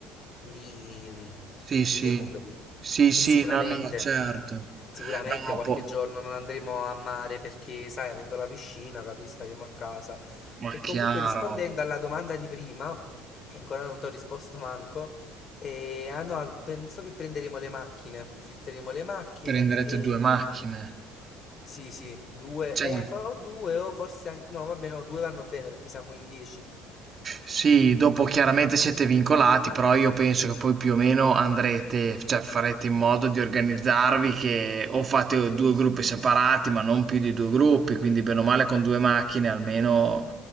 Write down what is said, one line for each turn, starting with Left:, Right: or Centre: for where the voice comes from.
Left: li, li
Right: Sì, sì,
Left: recuperi.
Right: sì, sì,
Left: E sicuramente.
Right: no, no, certo.
Left: Sicuramente
Right: No, ma
Left: qualche
Right: po-
Left: giorno non andremo a mare perché, sai, avendo la piscina, capi, staremo a casa.
Right: ma
Left: E comunque
Right: chiaro,
Left: rispondendo alla domanda di prima, che ancora non ti ho risposto manco, eh, ah no, penso che prenderemo le macchine, fitteremo le macchine
Right: prenderete
Left: e...
Right: due macchine,
Left: Sì, sì, due,
Right: certo.
Left: eh, fa- o due o forse anche... No, vabbè, no, due vanno bene perché siamo in dieci.
Right: Sì, dopo chiaramente siete vincolati, però io penso che poi più o meno andrete, cioè farete in modo di organizzarvi che o fate due gruppi separati, ma non più di due gruppi, quindi bene o male con due macchine almeno